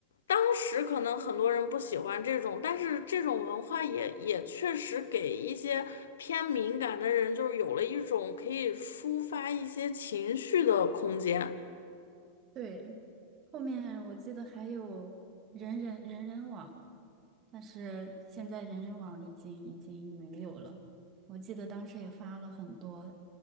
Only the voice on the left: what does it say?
当时可能很多人不喜欢这种，但是这种文化也也确实给一些偏敏感的人，就是有了一种可以抒发一些情绪的空间。